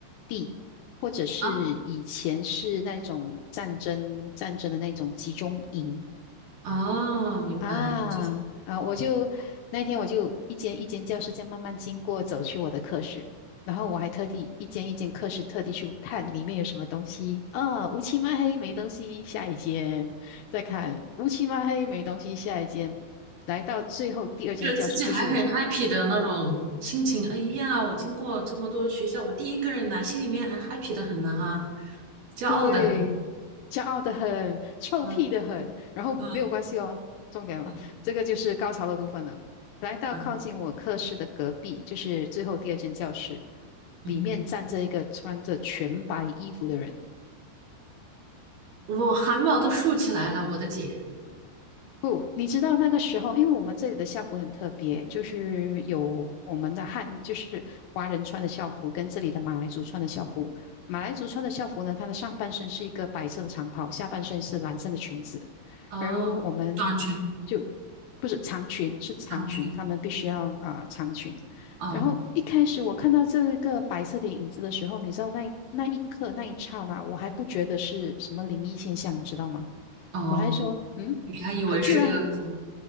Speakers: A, on the left (about 85°); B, on the right (about 55°).
A: 地，或者是以前是那种战争战争的那种集中营。
B: 啊，啊，明白，
A: 啊啊！
B: 就是
A: 我就那天我就一间一间教室这样慢慢经过，走去我的课室，然后我还特地一间一间课室特地去看里面有什么东西。啊，乌漆嘛黑没东西，下一间再看乌漆嘛黑没东西，下一间。来到最后第二间教室，
B: 觉得自己还很
A: 就是我
B: happy 的那种心情。哎呀，我经过这么多学校，我第一个人来，心里面还 happy 的很呢哈，骄傲的很。
A: 对，骄傲的很，臭屁的很，
B: 嗯
A: 然后没有关系哦。
B: 嗯
A: 重点了，
B: 嗯
A: 这个就是高潮的部分了。来到靠近我课室的隔壁，
B: 嗯
A: 就是最后第二间教室，
B: 嗯，
A: 里面站着一个穿着全白衣服的人。
B: 我汗毛都竖起来了，我的姐。
A: 不，你知道那个时候，因为我们这里的校服很特别，就是有我们的汉，就是华人穿的校服，跟这里的马来族穿的校服。马来族穿的校服呢，它的上半身是一个白色的长袍，下半身是蓝色的裙子，
B: 哦，
A: 而我们就
B: 短裙、
A: 不是长裙，是长裙，
B: 长裙。
A: 他们必须要啊、长裙。
B: 哦
A: 然后一开始我看到这个白色的影子的时候，你知道那一那一刻那一刹那，我还不觉得是什么灵异现象，你知道吗？
B: 哦，
A: 我还说，嗯，
B: 你还以为是个什么？
A: 还居然